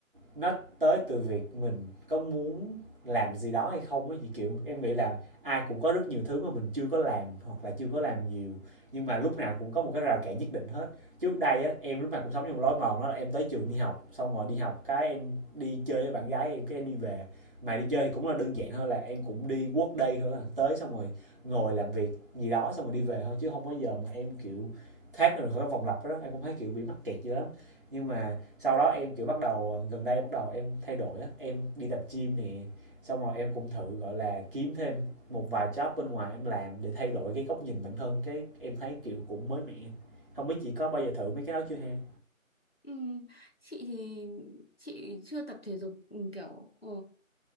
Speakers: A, on the right; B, on the left.
A: nó tới từ việc mình có muốn làm gì đó hay không á chị kiểu em nghĩ là ai cũng có rất nhiều thứ mà mình chưa có làm hoặc là chưa có làm nhiều nhưng mà lúc nào cũng có một cái rào cản nhất định hết trước đây á em lúc nào cũng sống trong lối mòn đó là em tới trường đi học xong rồi đi học cái em đi chơi với bạn gái em cái em đi về mà đi chơi thì cũng là đơn giản thôi là em cũng đi quốc đây thôi à. tới xong rồi ngồi làm việc gì đó xong rồi đi về thôi chứ không có giờ mà em kiểu thoát ra khỏi cái vòng lặp đó em cũng thấy kiểu bị mắc kẹt dữ lắm nhưng mà sau đó em kiểu bắt đầu gần đây bắt đầu em thay đổi á em đi tập gym nè xong rồi em cũng thử gọi là kiếm thêm một vài job bên ngoài em làm để thay đổi cái góc nhìn bản thân cái em thấy kiểu cũng mới mẻ không biết chị có bao giờ thử mấy cái đó chưa ha
B: Ừ, chị thì chị chưa tập thể dục ừ, kiểu ờ,